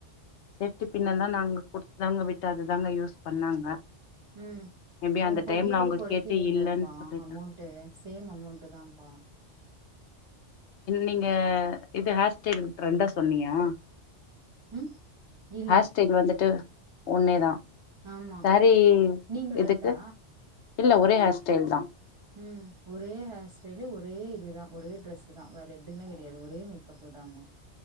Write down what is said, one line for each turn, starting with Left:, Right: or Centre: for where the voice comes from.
Left: சேஃப்டி பின்ல்லா நாங்க கொடுத்துதாங்க விட்டு அது தாங்க யூஸ் பண்ணாங்க
Right: உ
Left: மேபி
Right: அவுங்க
Left: அந்த
Right: கொஞ்சோ
Left: டைம்ல
Right: கூட
Left: அவங்க
Right: குறைக்கலலைங்களப்பா
Left: கேட்டு இல்லன்னு சொல்லிட்டாங்க
Right: அமௌன்ட் ட்டு சேம் அமௌன்ட் தான்பா
Left: நீங்க இது ஹேர் ஸ்டேல் ரெண்டா சொன்னீயா
Right: ம் இல்ல
Left: ஹாஸ்டைல் வந்துட்டு ஒன்னேதா
Right: ஆமா
Left: சாரீ
Right: நீங்க
Left: இதுக்கு
Right: ரெண்டா
Left: இல்ல ஒரே ஹேர்ஸ்டைல் தா
Right: ம் ஒரே ஹேர் ஸ்டைல ஒரே இதுதா ஒரே ட்ரெஸ்தா வேற எதுவுமே கிடையாது ஒரே மேக்கப் தாங்க